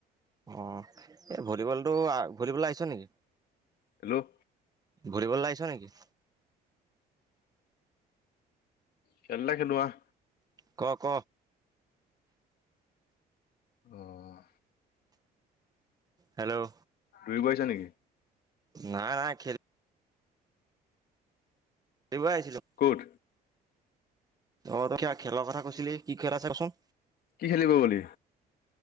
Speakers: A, on the right; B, on the left.
A: অ'। এই ভলীবলটো আ- ভলীবল আহিছ নেকি?
B: হেল্ল'
A: ঘূৰিব লাগিছ নেকি?
B: খেল এটা খেলো আহ।
A: ক ক
B: আহ
A: হেল্ল'
B: দৰিব আহিছা নেকি?
A: নাই নাই খেল খেলিব আহিছিলো।
B: ক'ত
A: অ ত কিয় খেলৰ কথা কৈছিলি কি খেল আছে কচোন?
B: কি খেলিব বুলি?